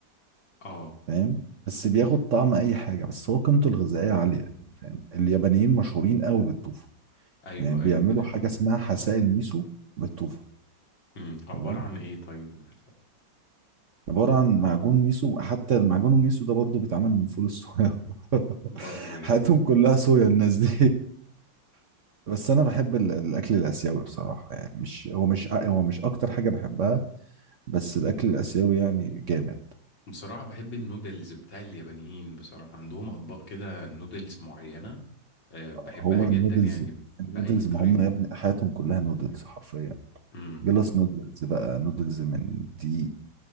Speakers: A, on the left; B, on the right.
A: اه
B: فاهم بس بياخد طعم اي حاجة بس هو قيمته الغذائية عالية يعني، فاهم اليابانيين مشهورين قوي بالطوفو
A: ايوه
B: يعني بيعملوا
A: ايوه فاهمه
B: حاجة اسمها حسائل ميسو بالطوفة
A: مم. عباره
B: تمام
A: عن ايه طيب الحرفة
B: عبارة عن معجون ميسو حتى المعجون الميسو ده برضو بيتعمل من فول الصويا <laughs>
A: برضو يعني
B: حياتهم كلها صويا الناس دي <laughs> بس أنا بحب ال- الأكل الآسيوي بصراحة يعني مش هو مش أ- هو مش أكتر حاجة بحبها بس الأكل الآسيوي يعني جامد
A: بصراحة بحب النودلز بتاع اليابانيين بصراحة عندهم أطباق كده نودلز معينة آه، بحبها
B: هو
A: جدا
B: النودلز
A: يعني
B: النودلز
A: بأي طريقة
B: ما هم يا ابني حياتهم كلها نودلز حرفيا
A: امم
B: جلاس نودلز بقى نودلز من دقيق